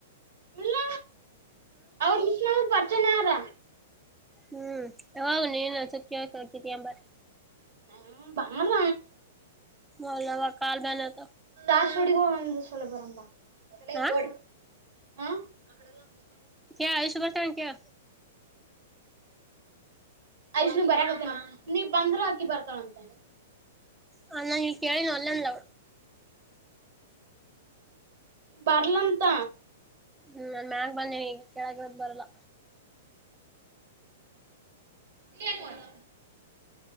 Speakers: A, on the right (about 70°); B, in the centre.
A: ಇಲ್ಲ ಅವರು ಮಿಸಲ ಪಚನ ಅರಾ
B: ಹ್ಮ್ ಅವ ಇಏನ ಸುಕವಕ ಬಾರ <unintelligible>
A: ಹ್ಮ ಬಾರ
B: ಓಲಾ ಅವ ಕಲ್ಲು ಬನೇ ಅತವಾ
A: <unintelligible> ಒಂದು ಸಲ ಬರಮಾ ಬಾ ಹೋಗಲೇ
B: ಹಾ
A: ಕೋಡಿ ಹಾ <unintelligible>
B: ಕೇಳ ಐಶು ಬರ್ತಾಳ ಕೇಳ
A: ಯಷ್ಣ ಬರ್ಯಕತ್ತನ ನೀ ಬಂದ್ರ ಅಕಿ ಬರ್ತಾಳಂತ
B: ನಾನು ಇಲ್ಲೇ ಕೇಳಿಲ್ಲ ಒಲ್ಲಂಡ್ಲು
A: ಬರ್ಲಂಂತ
B: ಹ್ಮ್ ನನ್ ಮ್ಯಾಗ ಬಂದ ನೀವವು ಈಗ ಕೆಳಗದ ಬರಲ್ಲಾ
A: ನೀ ಹಗುವದು